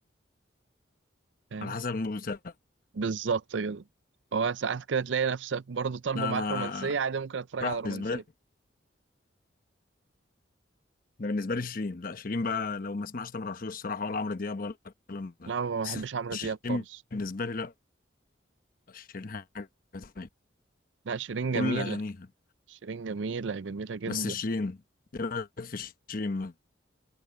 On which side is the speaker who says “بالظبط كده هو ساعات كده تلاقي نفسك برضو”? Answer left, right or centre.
Right